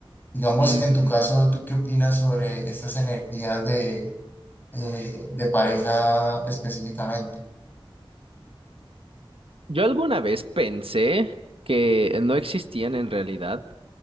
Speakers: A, on the left (about 20°); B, on the right (about 75°).
A: Digamos,
B: ujú,
A: en tu
B: ujú.
A: caso, ¿tú qué opinas sobre estas energías de eh, de pareja específicamente.
B: Yo alguna vez pensé que no existían en realidad